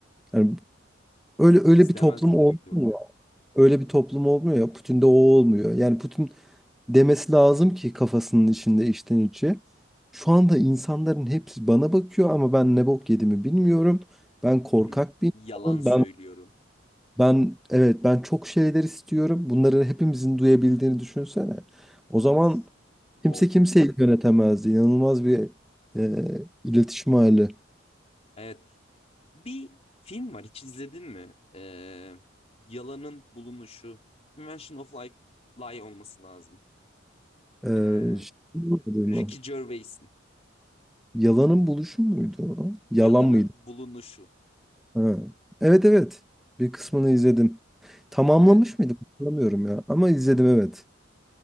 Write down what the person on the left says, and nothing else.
İstemezdim
de büyük ihtimalle.
Hı hı.
Yalan
söylüyorum.
Of.
Of.
Evet. Bir film var hiç izledin mi? Ee, Yalanın Bulunuşu. Invention of Life, Lie olması lazım.
Ee,
Ricky
Gervais'in.
Yalanın
Bulunuşu.
Evet.